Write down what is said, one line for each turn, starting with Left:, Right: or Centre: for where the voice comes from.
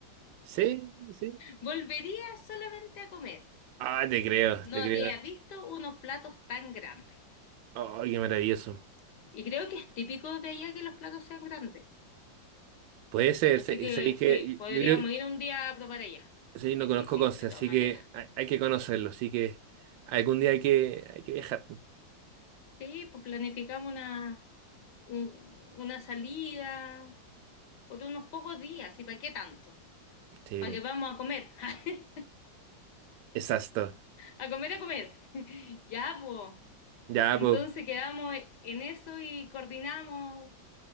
Right: Sí, sí.
Left: Volvería solamente a comer.
Right: Ah, te creo,
Left: No
Right: te
Left: había
Right: creo.
Left: visto unos platos tan grandes.
Right: Ay, qué maravilloso.
Left: Y creo que es típico de allá que los platos sean grandes.
Right: Puede ser,
Left: Así
Right: se-
Left: que
Right: sabéis que
Left: sí, podríamos
Right: yo, yo creo,
Left: ir un día a probar allá.
Right: sí,
Left: Sí,
Right: no conozco
Left: sí, sí,
Right: cosas,
Left: de todas
Right: así
Left: maneras.
Right: que hay, hay que conocerlo, así que algún día hay que, hay que viajar.
Left: Sí, pues planificamos una, un- una salida por unos pocos días, ¿y para qué tanto?
Right: Sí,
Left: Para
Right: pues.
Left: que vamos a comer, <laughs>
Right: Exacto.
Left: a comer, a comer. <laughs> Ya, pues.
Right: Ya,
Left: Entonces
Right: pues.
Left: quedamos en eso y coordinamos.